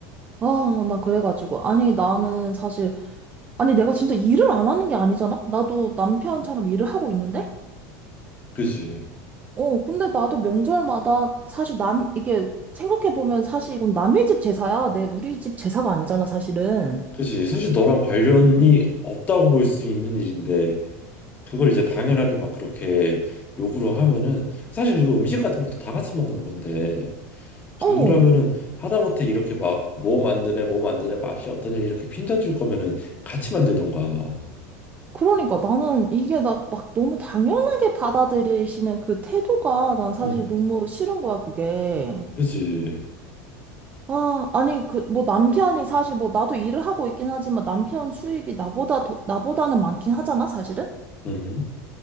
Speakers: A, on the right; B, on the left.
A: 아, 나 그래가지고. 아니, 나는 사실, 아니, 내가 진짜 일을 안 하는 게 아니잖아? 나도 남편처럼 일을 하고 있는데?
B: 그지
A: 어, 근데 나도 명절마다 사실 남, 이게 생각해보면 사실 이건 남의 집 제사야. 내, 우리 집 제사가 아니잖아, 사실은.
B: 그지 사실 너랑 관련이 없다고 볼 수 있는 일인데 그걸 이제 당연하게 막 그렇게 요구를 하면은 사실 그리고 음식 같은 것도 다 같이 먹는 건데
A: 어.
B: 그러면은 하다못해 이렇게 막 뭐 만드네 뭐 만드네 맛이 어떠냐 이렇게 핀잔 줄 거면은 같이 만들던가
A: 그러니까 나는 이게 나 막 너무 당연하게 받아들이시는 그 태도가 난 사실
B: 응
A: 너무 싫은 거야, 그게.
B: 그지
A: 아, 아니, 그, 뭐, 남편이 사실 뭐, 나도 일을 하고 있긴 하지만 남편 수입이 나보다 더, 나보다는 많긴 하잖아, 사실은?
B: 응응응응응